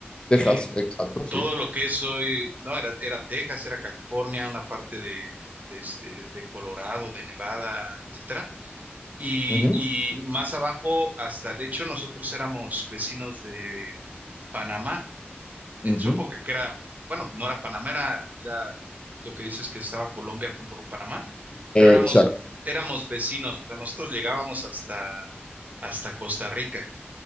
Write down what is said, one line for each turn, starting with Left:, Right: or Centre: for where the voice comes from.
Left: Texas,
Right: eh,
Left: exacto, sí.
Right: todo lo que es hoy, no, era, era Texas, era California, una parte de, de este, de Colorado, de Nevada, etcétera. Y,
Left: Ujú,
Right: y más abajo, hasta, de hecho, nosotros éramos vecinos de Panamá en
Left: ujú.
Right: su época, que era, bueno, no era Panamá, era, era lo que dices que estaba Colombia junto con Panamá, pero éramos,
Left: Exacto,
Right: éramos vecinos, o sea, nosotros llegábamos hasta, hasta Costa Rica,